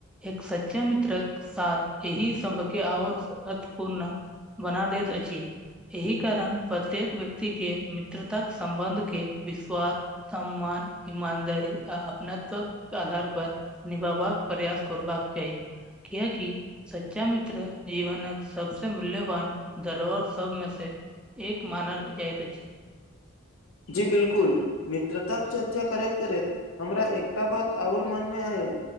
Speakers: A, in the centre; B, on the left.
A: एक सच्चा मित्रक साथ यह सबके आओर अतपूर्ण बना दैत अछि एहि कारण प्रत्येक व्यक्ति के मित्रता सम्बन्ध के विश्वास सम्मान ईमानदारी आ अपनात्व आधार पर निभबाक प्रयास करबाक चाही कएकि सच्चा मित्र जीवनक सबस मूल्यवान धरोहर सबमे से एक मानल जाइतत अछि
B: जी बिलकुल मित्रताक चर्चा करैत करैत हमरा एकटा बात आओर मनमे आयल